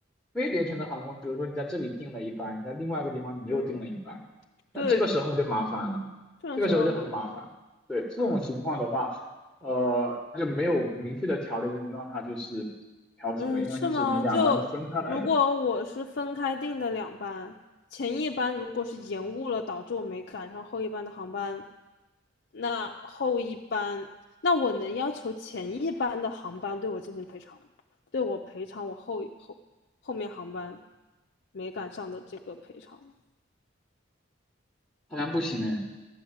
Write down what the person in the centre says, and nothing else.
非联程的航空，比如说你在这里订了一班，在另外一个地方你又订了一班，
那这个时候就麻烦了，
这个时候就很麻烦了。对，这种情况的话，呃，它就没有明确的条例，就让它就是。调节了，
因为就是你两班是分开来的。
好像不行哎，